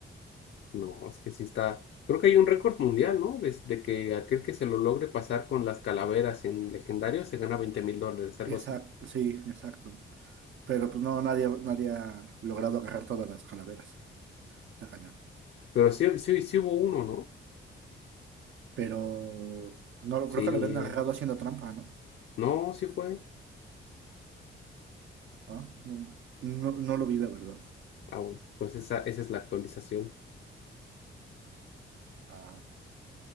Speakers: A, on the left (about 60°); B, on the right (about 70°).
A: No, es que sí está. Creo que hay un récord mundial, ¿no? Desde que aquel que se lo logre pasar con las calaveras en legendario se gana veinte mil dólares, algo
B: Exacto,
A: así.
B: sí, exacto. Pero pues no, nadie, nadie ha logrado agarrar todas las calaveras. Está cañón.
A: Pero sí, sí, sí hubo uno, ¿no?
B: Pero no lo-
A: Sí.
B: creo que lo habían agarrado haciendo trampa, ¿no?
A: No, sí fue.
B: Ah, No, no, no lo vi, la verdad.
A: Ah, bueno, pues esa, esa es la actualización.
B: Ah,